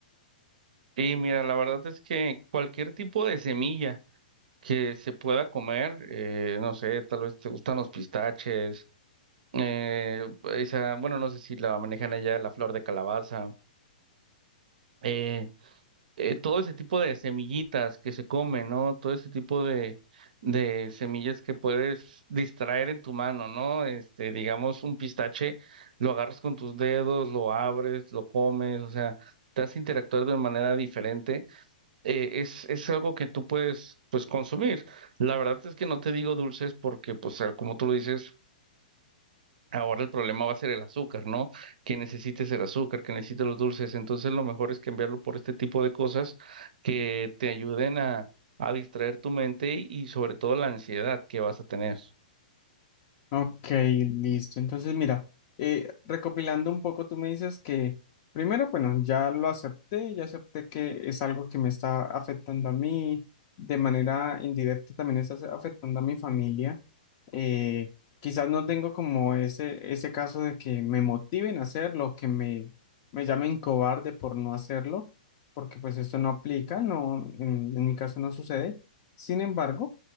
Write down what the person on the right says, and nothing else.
Y mira, la verdad es que cualquier tipo de semilla que se pueda comer, eh, no sé, tal vez te gustan los pistaches, eh, esa, bueno, no sé si la manejan allá, la flor de calabaza. eh, eh, todo ese tipo de semillitas que se comen, ¿no? Todo ese tipo de, de semillas que puedes distraer en tu mano, ¿no? Este, digamos, un pistache, lo agarras con tus dedos, lo abres, lo comes, o sea, te hace interactuar de manera diferente. Eh, es, es algo que tú puedes, pues, consumir. La verdad es que no te digo dulces porque, pues, al- como tú lo dices, Ahora el problema va a ser el azúcar, ¿no? Que necesites el azúcar, que necesites los dulces. Entonces lo mejor es cambiarlo por este tipo de cosas que te ayuden a, a distraer tu mente y sobre todo la ansiedad que vas a tener.